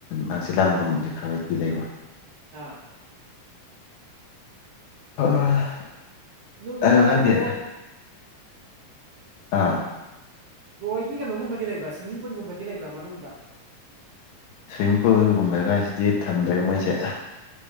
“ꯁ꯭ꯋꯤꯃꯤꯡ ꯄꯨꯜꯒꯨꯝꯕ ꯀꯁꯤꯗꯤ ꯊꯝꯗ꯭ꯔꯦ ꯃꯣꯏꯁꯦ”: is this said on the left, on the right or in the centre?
Left